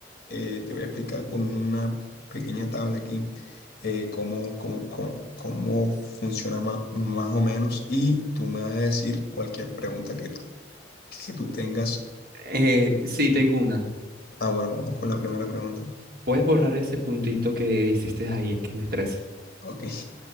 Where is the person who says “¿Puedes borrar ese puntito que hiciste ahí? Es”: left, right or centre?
Right